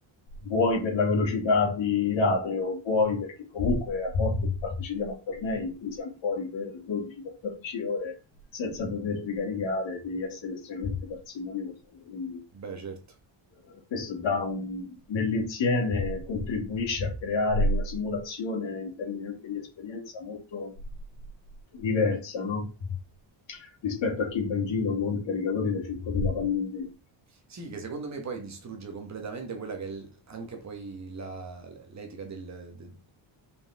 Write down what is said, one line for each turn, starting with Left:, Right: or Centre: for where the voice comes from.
Left: vuoi per la velocità di rate o vuoi perché comunque a volte partecipiamo a tornei in cui siamo fuori per 12-14 ore senza poter ricaricare, devi essere estremamente parsimonioso, quindi eh,
Right: Beh, certo.
Left: questo dà un, nell'insieme contribuisce a creare una simulazione in termini anche di esperienza molto diversa no? rispetto a chi va in giro con caricatori da 5.000 pallini.
Right: Sì, che secondo me poi distrugge completamente quella che è l- anche poi la- l'etica del- de-